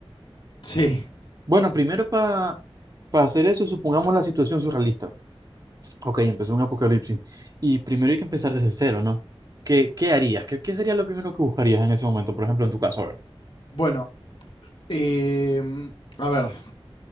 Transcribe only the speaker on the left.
Sí.
Bueno, em, a ver.